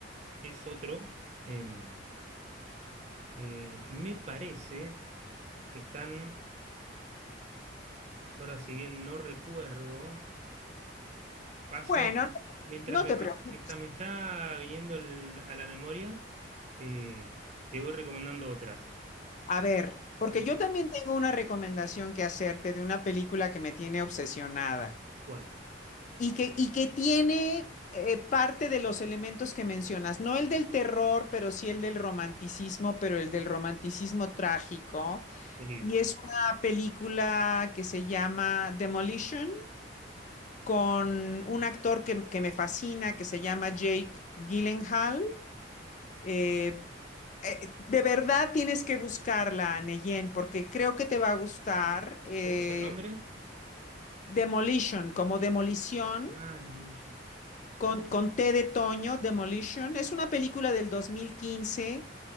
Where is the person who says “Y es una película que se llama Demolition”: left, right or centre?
Left